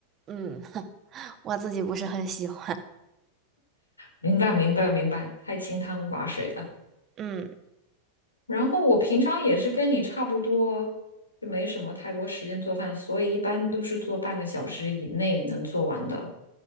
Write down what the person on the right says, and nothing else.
嗯 <laughs> 我自己不是很喜欢，
嗯